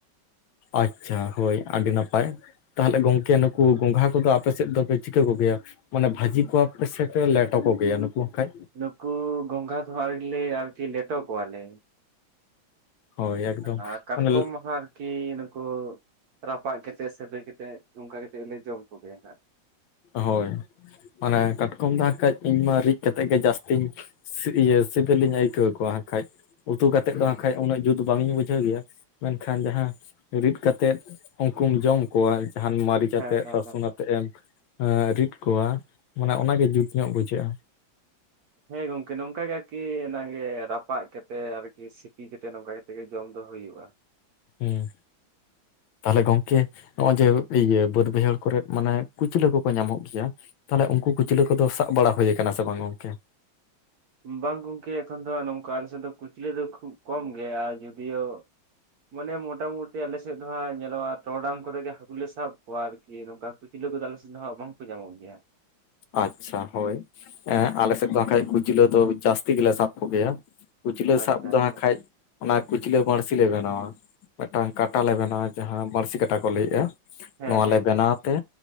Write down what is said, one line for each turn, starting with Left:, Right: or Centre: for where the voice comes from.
Left: ᱟᱪᱪᱷᱟ, ᱦᱳᱭ ᱟᱹᱰᱤ ᱱᱟᱯᱟᱭ᱾ ᱛᱟᱦᱚᱞᱮ ᱜᱚᱝᱠᱮ ᱱᱩᱠᱩ ᱜᱚᱝᱜᱷᱦᱟ ᱠᱚᱫᱚ ᱟᱯᱮ ᱥᱮᱫ ᱫᱚᱯᱮ ᱪᱤᱠᱟᱹ ᱠᱚ ᱜᱮᱭᱟ? ᱢᱟᱱᱮ ᱵᱷᱟᱹᱡᱤ ᱠᱚᱣᱟ ᱯᱮ ᱥᱮ ᱯᱮ ᱞᱮᱴᱚ ᱠᱚ ᱜᱮᱭᱟ ᱱᱩᱠᱩ ᱠᱷᱟᱡ᱾
Right: ᱱᱩᱠᱩ ᱜᱚᱝᱜᱷᱟ ᱫᱚ ᱦᱟᱜ ᱟᱨᱤ ᱞᱮ ᱟᱨ ᱠᱤ ᱞᱮᱴᱚ ᱠᱚᱣᱟ ᱞᱮ᱾
Left: ᱦᱳᱭ ᱮᱠᱫᱚᱢ
Right: ᱟ ᱠᱟᱴᱠᱚᱢ
Left: ᱢᱟᱱᱮ
Right: ᱦᱟᱸᱨ ᱠᱮ ᱱᱩᱠᱩ ᱨᱟᱯᱟᱜ ᱠᱮᱛᱮᱜ ᱥᱮᱵᱮ ᱠᱮᱛᱮᱜ ᱱᱚᱝᱠᱟ ᱠᱮᱛᱮᱜ ᱞᱮ ᱡᱚᱢ ᱠᱚᱜᱮᱭᱟ ᱦᱟᱸᱜ᱾
Left: ᱦᱳᱭ, ᱢᱟᱱᱮ ᱠᱟᱴᱠᱚᱢ ᱫᱚ ᱦᱟᱜᱠᱷᱟᱡ ᱤᱧ ᱢᱟ ᱨᱤᱫ ᱠᱟᱛᱮᱜ ᱜᱮ ᱡᱟᱹᱥᱛᱤᱧ ᱥᱤ ᱤᱭᱟᱹ ᱥᱤᱵᱤᱞᱤᱧ ᱟᱹᱭᱠᱟᱹᱣ ᱠᱚᱣᱟ ᱦᱟᱸᱠᱷᱟᱡ᱾ ᱩᱛᱩ ᱠᱟᱛᱮᱜ ᱫᱚ ᱦᱟᱸᱜ ᱠᱷᱟᱡ ᱩᱱᱟᱹᱜ ᱡᱩᱛ ᱵᱟᱝ ᱤᱧ ᱵᱩᱡᱷᱟᱹᱣ ᱜᱮᱭᱟ, ᱢᱮᱱᱠᱷᱟᱱ ᱡᱟᱦᱟᱸ ᱨᱤᱫ ᱠᱟᱛᱮᱫ ᱩᱱᱠᱩᱢ ᱡᱚᱢ ᱠᱚᱣᱟ ᱡᱟᱦᱟᱱ ᱢᱟᱹᱨᱤᱪ
Right: ᱦᱮᱸ
Left: ᱟᱛᱮ
Right: ᱦᱮᱸ
Left: ᱨᱟᱥᱩᱱ
Right: ᱦᱮᱸ ᱦᱮᱸ
Left: ᱟᱛᱮᱜ ᱮᱢ ᱮᱸ ᱨᱤᱫ ᱠᱚᱣᱟ ᱢᱟᱱᱮ ᱚᱱᱟᱜᱮ ᱡᱩᱛ ᱧᱚᱜ ᱵᱩᱡᱷᱟᱹᱜᱼᱟ᱾
Right: ᱦᱮᱸ ᱜᱚᱝᱠᱮ ᱱᱚᱝᱠᱟ ᱜᱮ ᱟᱨᱠᱤ ᱚᱱᱟᱜᱮ ᱨᱟᱯᱟᱜ ᱠᱮᱛᱮᱜ ᱟᱨᱠᱤ ᱥᱤᱯᱤ ᱠᱮᱛᱮ ᱱᱚᱝᱠᱟ ᱜᱮ᱾ ᱛᱮᱜᱮ ᱡᱚᱢ ᱫᱚ ᱦᱩᱭᱩᱜᱼᱟ᱾
Left: ᱦᱩᱸ ᱛᱟᱦᱞᱮ ᱜᱚᱝᱠᱮ ᱱᱚᱜᱼᱚᱭ ᱡᱮ ᱤᱭᱟᱹ ᱵᱟᱹᱫᱽᱼᱵᱟᱹᱭᱦᱟᱹᱲ ᱠᱚᱨᱮᱫ ᱢᱟᱱᱮ ᱠᱩᱪᱞᱟᱹ ᱠᱚᱠᱚ ᱧᱟᱢᱚᱜ ᱜᱮᱭᱟ᱾ ᱛᱟᱦᱚᱮ ᱩᱝᱠᱩ ᱠᱩᱪᱞᱟᱹ ᱠᱚᱫᱚ ᱥᱟᱵ ᱵᱟᱲᱟ ᱦᱩᱭ ᱠᱟᱱᱟ ᱥᱮ ᱵᱟᱝ ᱜᱚᱝᱠᱮ?
Right: ᱵᱟᱝ ᱜᱚᱝᱠᱮ ᱮᱠᱷᱚᱱ ᱫᱚ ᱱᱚᱝᱠᱟ ᱟᱞᱮᱥᱮ ᱫᱚ ᱠᱩᱪᱞᱟᱹ ᱫᱚ ᱠᱷᱩᱵ ᱠᱚᱢ ᱜᱮᱭᱟ, ᱟᱨ ᱡᱩᱫᱤᱭᱳ ᱢᱟᱱᱮ ᱢᱚᱴᱟᱼᱢᱩᱴᱤ ᱟᱞᱮᱥᱮᱜ ᱫᱚᱦᱟᱜ ᱧᱮᱞᱚᱜᱼᱟ ᱴᱚᱨᱚᱰᱟᱝ ᱠᱚᱨᱮ ᱜᱮ ᱦᱟᱠᱩ ᱞᱮ ᱥᱟᱵ ᱠᱚᱣᱟ ᱟᱨᱠᱤ ᱱᱚᱠᱟ᱾ ᱠᱩᱪᱞᱟᱹ ᱠᱚᱫᱚ ᱟᱞᱮ ᱥᱮᱱ ᱫᱚ ᱦᱟᱸᱜ ᱵᱟᱝ ᱠᱚ ᱧᱟᱢᱚᱜ ᱜᱮᱭᱟ᱾
Left: ᱟᱪᱪᱷᱟ ᱦᱳᱭ ᱮ ᱟᱞᱮ ᱥᱮᱫ ᱫᱚ ᱦᱟᱸᱠᱷᱟᱡ ᱠᱩᱪᱞᱟᱹ ᱫᱚ ᱡᱟᱹᱥᱛᱤ ᱜᱮᱞᱮ ᱥᱟᱵ ᱠᱚ ᱜᱮᱭᱟ᱾ ᱠᱩᱪᱞᱟᱹ
Right: ᱟᱪᱪᱷᱟ
Left: ᱥᱟᱵ ᱫᱚ
Right: ᱟᱪᱪᱷᱟ
Left: ᱦᱟᱸᱠᱷᱟᱡ ᱚᱱᱟ ᱠᱩᱪᱞᱟᱹ ᱵᱟᱲᱥᱤ ᱞᱮ ᱵᱮᱱᱟᱣᱟ ᱢᱮᱜᱴᱟᱝ ᱠᱟᱴᱟᱞᱮ ᱵᱮᱱᱟᱣᱟ ᱡᱟᱦᱟᱸ ᱵᱟᱹᱲᱥᱤ ᱠᱟᱴᱟ ᱠᱚ ᱞᱟᱹᱭ ᱮᱼᱟ᱾
Right: ᱦᱮᱸ
Left: ᱱᱚᱣᱟ
Right: ᱦᱮᱸ
Left: ᱞᱮ ᱵᱮᱱᱟᱣ
Right: ᱦᱮᱸ ᱦᱮᱸ
Left: ᱛᱮ